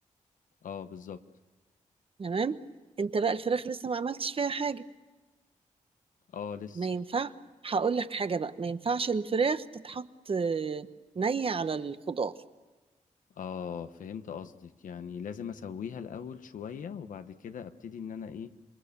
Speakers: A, on the left; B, on the right.
A: اه بالظبط
B: تمام أنت بقى الفراخ لسه ما عملتش فيها حاجة
A: اه لسه
B: ما ينفع هقول لك حاجة بقى ما ينفعش الفراخ تتحط آه، نية على الخضار
A: اه فهمت قصدك يعني لازم أسويها الأول شوية وبعد كده أبتدي إن أنا إيه